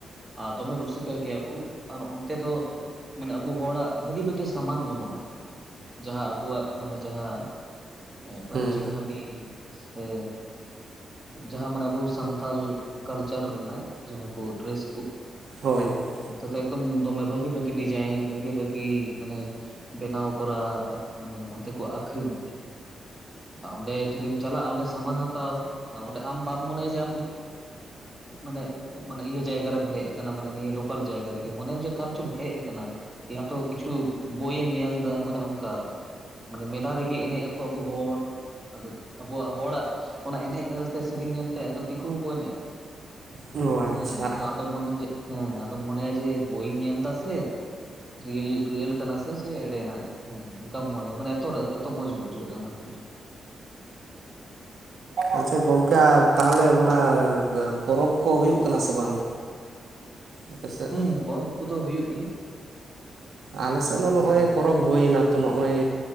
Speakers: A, on the right; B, on the right.
A: ᱟᱨ ᱫᱚᱢᱮ ᱨᱩᱥᱤᱠᱟ ᱜᱤᱭᱟ ᱠᱩ ᱟᱨ ᱚᱱᱛᱮ ᱫᱚ᱾ ᱢᱟᱱᱮ ᱟᱵᱩ ᱦᱚᱲᱟᱜ ᱵᱷᱟᱹᱜᱤ ᱵᱷᱟᱹᱜᱤ ᱥᱟᱢᱟᱱ ᱧᱟᱢᱚᱜᱼᱟ᱾ ᱡᱟᱦᱟᱸ ᱟᱵᱚᱣᱟᱜ ᱢᱟᱱᱮ ᱡᱟᱦᱟᱸ ᱯᱟᱹᱧᱪᱤ
B: ᱦᱩᱸ
A: ᱠᱷᱟᱸᱰᱤ ᱥᱮ ᱡᱟᱦᱟᱸ ᱢᱟᱱᱮ ᱟᱵᱩ ᱥᱟᱱᱛᱼᱼ ᱛᱟᱞ ᱠᱟᱞᱪᱟᱨ ᱨᱮᱱᱟᱜ ᱡᱟᱦᱟᱸ ᱠᱚ ᱰᱨᱮᱥ
B: ᱦᱳᱭ ᱦᱳᱭ
A: ᱚᱱᱛᱚ ᱮᱠᱫᱚᱢ ᱫᱚᱢᱮ ᱵᱷᱟᱹᱜᱤ ᱵᱷᱟᱹᱜᱤ ᱰᱤᱡᱟᱭᱤᱱ ᱵᱷᱟᱹᱜᱤ ᱵᱷᱟᱹᱜᱤ ᱢᱟᱱᱮ ᱵᱮᱱᱟᱣ ᱠᱚᱨᱟ ᱢᱟᱱᱮ ᱚᱱᱛᱮ ᱠᱚ ᱟᱹᱠᱷᱨᱤᱧ ᱛᱮ᱾ ᱚᱸᱰᱮ ᱡᱩᱫᱤᱢ ᱪᱟᱞᱟᱜᱼᱟ ᱚᱸᱰᱮ ᱥᱟᱢᱟᱱ ᱦᱟᱛᱟᱣ ᱚᱸᱰᱮ ᱟᱢ ᱵᱟᱢ ᱢᱚᱱᱮᱭᱟ ᱡᱮ ᱟᱢ ᱢᱟᱱᱮ ᱢᱟᱱᱮ ᱤᱭᱟᱹ ᱡᱟᱭᱜᱟ ᱨᱮ ᱦᱮᱡ <unintelligible> ᱢᱟᱱᱮ ᱱᱤᱭᱟᱹ ᱞᱳᱠᱟᱞ ᱡᱟᱭᱜᱟ ᱨᱮᱜᱮ ᱢᱚᱱᱮᱢ ᱡᱮ ᱚᱠᱟ ᱨᱮᱪᱚᱢ ᱦᱮᱡ ᱟᱠᱟᱱᱟ ᱤᱭᱛᱩ ᱠᱤᱪᱷᱩ ᱵᱳᱭᱮᱢ ᱧᱮᱞ ᱮᱫᱟ ᱢᱟᱱᱮ ᱚᱱᱠᱟ ᱢᱟᱱᱮ ᱢᱮᱞᱟ ᱨᱮᱜᱮ ᱮᱱᱮᱡ ᱟᱠᱚ ᱟᱵᱚ ᱦᱚᱲ ᱟᱫᱚ ᱟᱵᱚᱣᱟᱜ ᱦᱚᱲᱟᱜ ᱚᱱᱟ ᱮᱱᱮᱡ ᱧᱮᱞ ᱛᱮ ᱥᱮᱨᱮᱧ ᱧᱮᱞᱛᱮ ᱫᱤᱠᱩ ᱦᱚᱸᱠᱚ ᱮᱱᱮᱡᱼᱟ᱾
B: ᱚ ᱟᱪᱪᱷᱟ
A: ᱦᱮᱸ ᱟᱫᱚ ᱟᱫᱚ ᱢᱚᱱᱮᱢ <unintelligible> ᱦᱮᱸ ᱟᱫᱚᱢ ᱢᱚᱱᱮᱭᱟ ᱡᱮ ᱵᱳᱭ ᱤᱧ ᱧᱮᱞ ᱫᱟ ᱥᱮ ᱨᱤᱭᱮᱞ ᱨᱤᱭᱮᱞ ᱠᱟᱱᱟ ᱥᱮ ᱪᱮ ᱮᱲᱮᱱᱟᱜ ᱦᱮᱸ ᱚᱱᱠᱟᱢ ᱢᱚᱱᱮ ᱢᱟᱱᱮ ᱮᱛᱚ ᱢᱚᱸᱡᱽ ᱵᱩᱡᱷᱟᱹᱜᱼᱟ᱾ ᱚᱱᱟ ᱠᱚ ᱡᱤᱱᱤᱥ
B: ᱟᱪᱪᱷᱟ ᱜᱚᱝᱠᱮ ᱛᱟᱦᱚᱞᱮ ᱚᱱᱟ ᱯᱚᱨᱚᱵ ᱠᱚ ᱦᱩᱭᱩᱜ ᱠᱟᱱᱟ ᱥᱮ ᱵᱟᱝ? ᱟᱯᱮᱥᱮᱫ
A: ᱦᱮᱸ ᱯᱚᱨᱚᱵᱽ ᱠᱚᱫᱚ ᱦᱩᱭᱩᱜ ᱜᱮ
B: ᱟᱞᱮᱥᱮᱫ
A: ᱯᱚᱨᱚᱵᱽ
B: ᱦᱚᱸ
A: ᱠᱚᱫᱚ
B: ᱱᱚᱜᱼᱚᱭ
A: ᱦᱩᱭᱩᱜ
B: ᱯᱚᱨᱚᱵᱽ
A: ᱠᱟᱱᱟ
B: ᱦᱩᱭᱮᱱᱟ᱾ ᱛᱚ ᱱᱚᱜᱼᱚᱭ